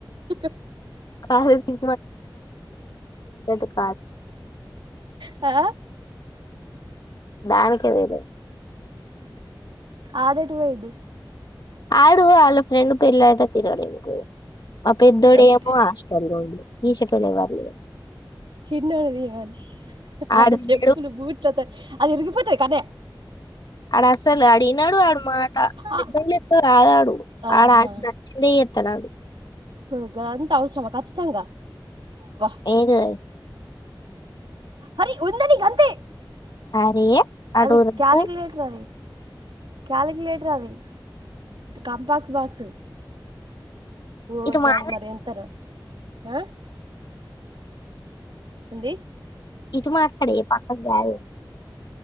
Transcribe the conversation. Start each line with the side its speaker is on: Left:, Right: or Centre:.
Right: ఇటు
Left: కాల తీ ధ కా
Right: ఆ
Left: దానికిదరు
Right: ఆడటు పోయిడి
Left: ఆడు వాళ్ళ ఫ్రెండ్ పేర్లాట తరుాలికు వొయిండు ఆ పెద్దోడు
Right: అంతే
Left: ఏమో ఆష్టల్లుండు ఈ చెట్లే ఎవ్వల్లేరు
Right: చిన్నోని తీయమని ఆడ
Left: ఆడడు
Right: చెప్పులు బూట్లతో అది ఇరిగిపోతది కదే
Left: అడ అసలు అడిగినడు ఆడ మాట పెద్దోన్
Right: ఆ
Left: లెక్క కాదాడు
Right: ఆహా
Left: ఆడ ఆంట నచ్చింద త్తడాడు
Right: ఇప్పుడు అంత అవసరమా ఖచ్చితంగా అబ్బా
Left: ఏద
Right: మరి ఉందని గంతే
Left: అరేే అటు
Right: అది
Left: రపు
Right: క్యాలిక్యులేటర్ అది క్యాలిక్యులేటర్ అది కంపాక్స్ బాక్సు ఓ
Left: ఇటు మా
Right: దాని మరి ఎంతారు ఆ ఎంది
Left: ఇటు మా అగా రే పక్క గ